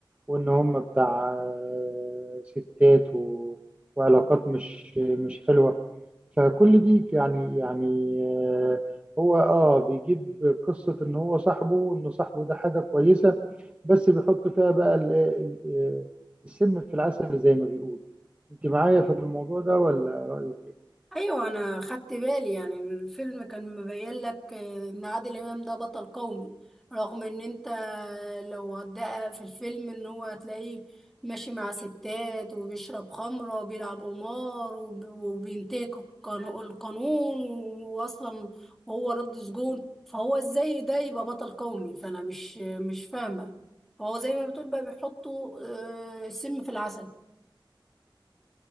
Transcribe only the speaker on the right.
وإن هم بتاع آه، ستات و- وعلاقات مش مش حلوة فكل دي يعني يعني آه، هو اه بيجيب قصة ان هو صاحبه وان صاحبه ده حاجة كويسة بس بيحط فيها بقى ال- ال- آه، السم في العسل زي ما بيقول انت معايا في الموضوع ده ولا رأيك